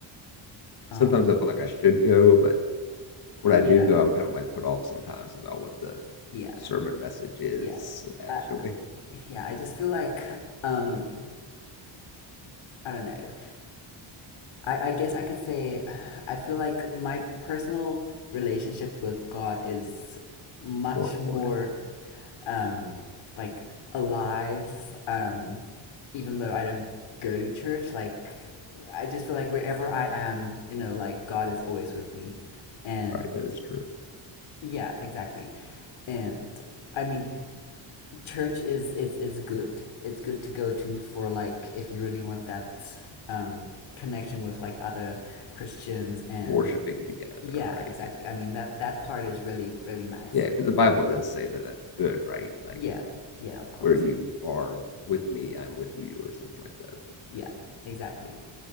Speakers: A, on the left; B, on the left.
A: um,
B: Sometimes I feel like I should go, but when I
A: yeah,
B: do go, I'm kind of like put off sometimes about what the
A: yeah,
B: sermon message is
A: yeah.
B: actually.
A: I,
B: <laughs>
A: yeah, I just feel like um, I don't know. I I guess
B: It's
A: I could say <sighs> I feel like my personal relationship with God is much
B: more important,
A: more um, like alive. Um, even though I don't go to church, like I just feel like wherever I am, you know, like God is always with me, and
B: right? That is true.
A: yeah, exactly. And I mean, church is it's it's good. It's good to go to for like if you really want that um, connection with like other Christians and
B: Worshiping together,
A: yeah,
B: right?
A: exactly.
B: Yeah.
A: I mean that that part is really really nice.
B: Yeah, because the Bible does say that that's good, right? Like
A: Yeah, yeah, of course.
B: where you are with me, I'm with you, or something like that. But
A: Yeah, exactly.